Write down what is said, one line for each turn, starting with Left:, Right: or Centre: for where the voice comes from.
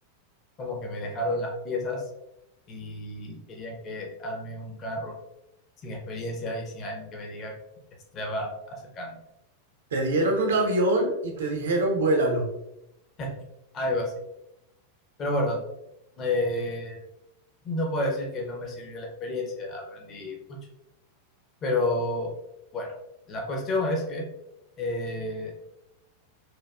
Left: como que me dejaron las piezas y querían que arme un carro sin experiencia y sin alguien que me diga que estaba acercando.
Right: Te dieron un avión y te dijeron, vuélalo.
Left: <laughs> Algo así. Pero bueno, eh, no puedo decir que no me sirvió la experiencia, aprendí mucho. Pero bueno, la cuestión es que eh,